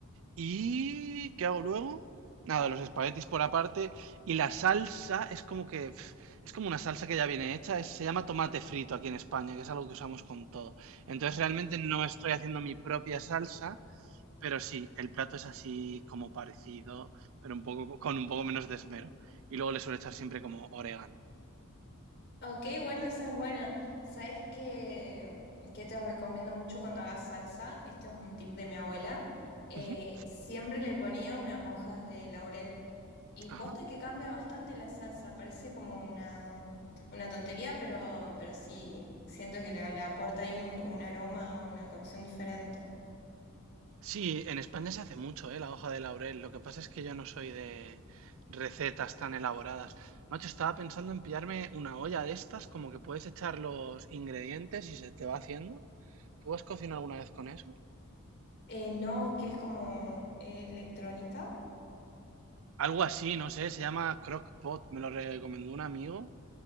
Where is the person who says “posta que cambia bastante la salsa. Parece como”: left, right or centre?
Left